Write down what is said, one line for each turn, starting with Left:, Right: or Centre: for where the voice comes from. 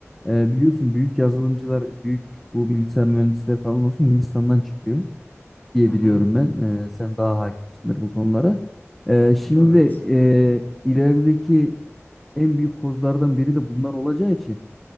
Centre: E, biliyorsun büyük yazılımcılar, büyük bu bilgisayar mühendisleri falan olsun Hindistan'dan çıkıyor diye
Left: Hı hı,
Centre: biliyorum ben. E, sen daha hakimsindir bu konulara. E, şimdi
Left: evet.
Centre: de e, ilerideki en büyük kozlardan biri de bunlar olacağı için